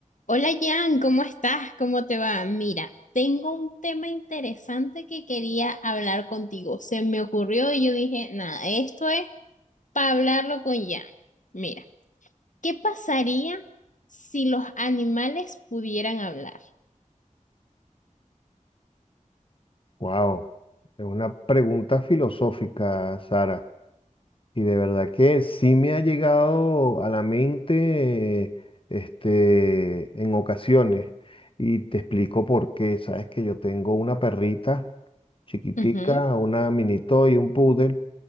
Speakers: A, on the left; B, on the left.
A: Hola Jan, ¿cómo estás? ¿Cómo te va? Mira, tengo un tema interesante que quería hablar contigo. Se me ocurrió y yo dije, nada, esto es para hablarlo con Jan. Mira, ¿qué pasaría si los animales pudieran hablar?
B: Wow, es una pregunta filosófica, Sara. Y de verdad que sí me ha llegado a la mente, este, en ocasiones. Y te explico por qué. Sabes que yo tengo una perrita chiquitica,
A: Ujú.
B: una mini y un poodle,